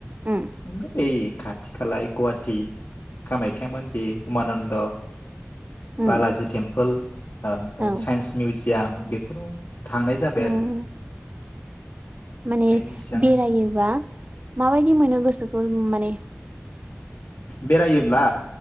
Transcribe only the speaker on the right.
उम
उम
औ
उम
माने
बेरायोबा माबायदि मोनो गोसो <unintelligible> माने